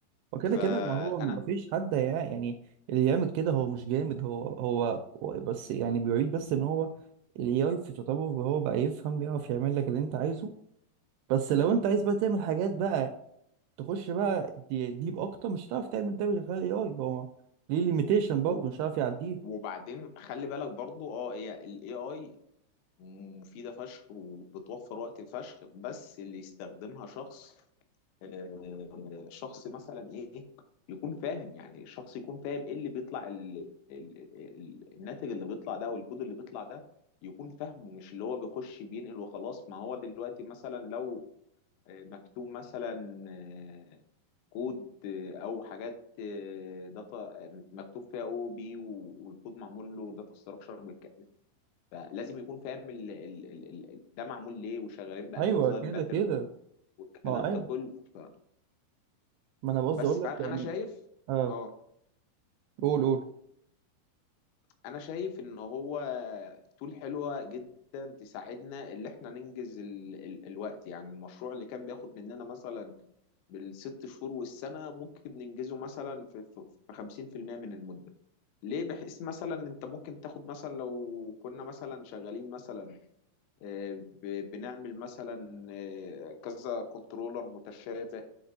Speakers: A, on the right; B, on the left.
A: وكده
B: فانا
A: كده ما هو مفيش حد هيع- يعني اللي يعمل كده هو مش جامد هو هو هو بس يعني بيوريك بس ان هو الاي في تطور وهو بقى يفهم بيعرف يعمل لك اللي انت عايزه بس لو انت عايز بقى تعمل حاجات بقى تخش بقى دي- ديب اكتر مش هتعرف تعمل ده من غير الاي اي هو ليه ليميتيشن برضه
B: و-
A: مش هتعرف يعديه
B: وبعدين خلي بالك برضو اه هي الاي اي مفيدة فشخ وبتوفر وقت فشخ بس اللي يستخدمها شخص آه، شخص مثلا ايه يكون فاهم يعني شخص يكون فاهم ايه اللي بيطلع ال... ال... ال... الناتج اللي بيطلع ده والكود اللي بيطلع ده يكون فاهمه مش اللي هو بيخش بينقل وخلاص ما هو دلوقتي مثلا لو آه، مكتوب مثلا آه، كود آه، او حاجات آه، داتا آه، مكتوب فيها او بي والكود معمول له داتا ستراكشر فلازم يكون فاهم ال ال ال ال ده معمول ليه وشغالين بأنهي
A: ايوه
B: ديزاين
A: كده
B: باترن
A: كده
B: و- والكلام
A: ما هو ايوه
B: ده كله ف...
A: ما انا قصدي
B: بس
A: اقول لك
B: فأنا
A: يعني
B: شايف
A: اه
B: اه
A: قول قول
B: أنا شايف إن هو تول حلوة جدا تساعدنا إن إحنا ننجز ال ال الوقت يعني المشروع اللي كان بياخد مننا مثلا بالست شهور والسنة ممكن ننجزه مثلا في في في 50% من المدة ليه بحيث مثلا أنت ممكن تاخد مثلا لو كنا مثلا شغالين مثلا ب- بنعمل مثلا آه، كذا كنترولر متشابه